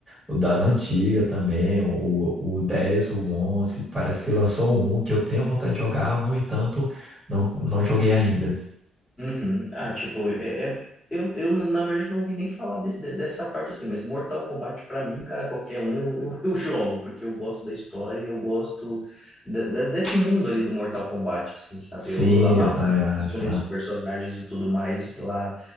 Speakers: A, in the centre; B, on the left (about 15°).
A: o das antigas também, o... o 10 o onze Parece que lançou um que eu tenho vontade de jogar, no entanto, não, não joguei ainda.
B: Uhum. Ah, tipo, é, é- eu, eu, na verdade, não ouvi nem falar desse, de- dessa parte assim, mas Mortal Kombat, pra mim, cara, qualquer um eu, eu, <laughs> eu jogo, porque eu gosto da história e eu gosto da- da- desse mundo ali do Mortal Kombat, assim, sabe?
A: Sim,
B: Eu amava
A: eu também acho.
B: escolher os personagens e tudo mais lá